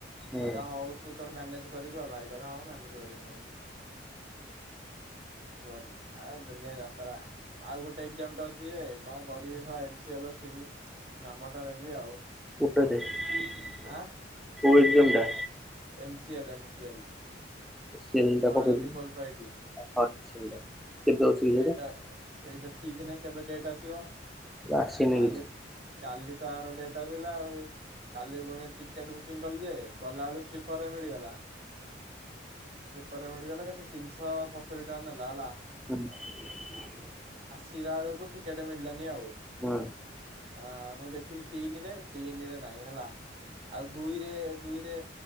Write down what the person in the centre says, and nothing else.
ହୁଁ
କୋଉଟା ବେ କୋଉ
ଏକଜାମ ଟା।
cell ଟା
ପକେଇଥିଲି
ହଁ ସେଲ୍ ଟା। କେବେ ଅଛି କି
ଆସିନି
କିଛି
<unintelligible>
ହୁଁ